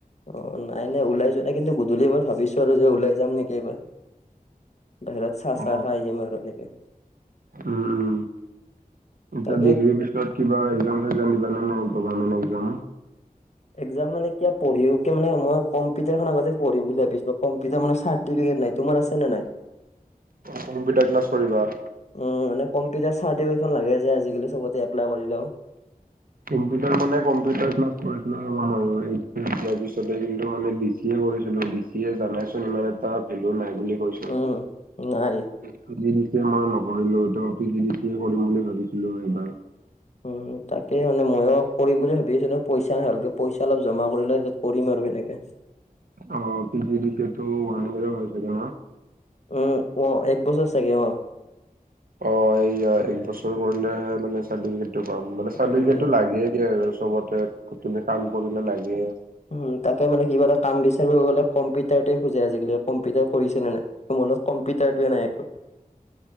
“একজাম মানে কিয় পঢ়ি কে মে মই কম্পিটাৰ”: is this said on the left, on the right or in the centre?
Left